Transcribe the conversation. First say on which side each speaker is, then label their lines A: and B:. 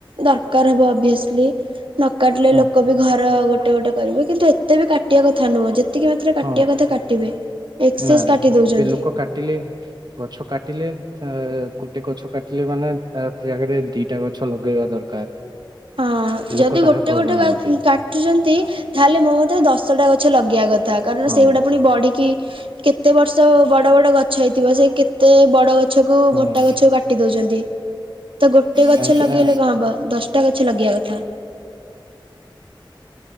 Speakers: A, on the right; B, on the right.
A: ଦରକାର ହବ ଅଭିଅସଲି। ନ କାଟିଲେ
B: ହଁ
A: ଲୋକ ବି ଘର ଗୋଟେ ଗୋଟେ କରିବେ କିନ୍ତୁ ଏତେ ବି କାଟିବା କଥା ନୁହଁ ଯେତ୍ ଏତିକି ମାତ୍ର କାଟିବା
B: ହଁ
A: କଥା କାଟିବେ। ଏକ୍ସେସ୍
B: ନା
A: କାଟି ଦଉଛନ୍ତି।
B: ଏବେ ଲୋକ କାଟିଲେ ଗଛ କାଟିଲେ ଏଁ ଗୋଟେ ଗଛ କାଟିଲେ ମାନେ ତା ଜାଗାରେ ଦିଟା ଗଛ ଲଗେଇବା ଦରକାର।
A: ହଁ
B: ଲୋକ
A: ଯଦି
B: ତାହା
A: ଗୋଟେ
B: କରୁନାହାନ୍ତି
A: ଗୋଟେ କାଟୁଛନ୍ତି ତାହେଲେ ମୋ ମତେ ଦଶଟା ଗଛ ଲଗେଇବା କ ଥା କାରଣ
B: ହଁ
A: ସେଇଗୁଡା ପୁଣି ବଢିକି କେତେ ବର୍ଷ ବଡ ବଡ ଗଛ ହେଇଥିବ ସେ କେତେ ବଡ ଗ ଗଛ କ
B: ହଁ
A: ମୋଟା ଗଛକୁ କାଟି ଦଉଛନ୍ତି ତ ଗୋଟେ ଗଛ
B: କାହିଁକି
A: ଲଗେଇଲେ
B: ନା
A: କଣ ହବ ଦଶ ଗଛ ଲଗେଇିବା କଥା।